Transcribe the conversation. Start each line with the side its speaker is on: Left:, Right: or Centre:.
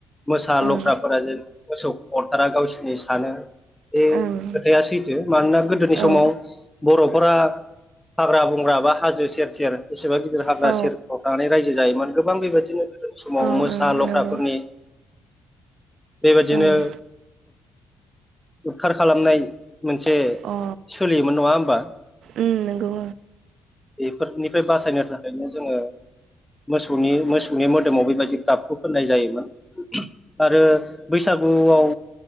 Centre: मोसा
Right: उम
Centre: लख ख्रा फोरा जे मोसौखौ अरथारा गावसिनि सानो बे
Right: ओं
Centre: खोथाया सैथो मानोना गोदोनि
Right: औ
Centre: समाव बर'फोरा हाग्रा बंग्रा बा हाजो सेर - सेर बेसेबा गिदिर हाग्रा
Right: औ
Centre: सेरफ्राव थानानै रायजो जायोमोन गोबां बेबायदिनो गोदो समाव
Right: औ ओं
Centre: मोसा लख्राफोरनि
Right: नंगौ
Centre: बेबायदिनो
Right: ओं
Centre: उखार खालामनाय मोनसे
Right: अ
Centre: सोलियोमोन नङा होमबा?
Right: उम नंगौ
Centre: बेफोरनिफ्राय बासायनो थाखायनो जोङो मोसौनि मोसौनि मोदोमाव बेबायदि गाबखौ फोननाय जायोमोन। आरो बैसागुआव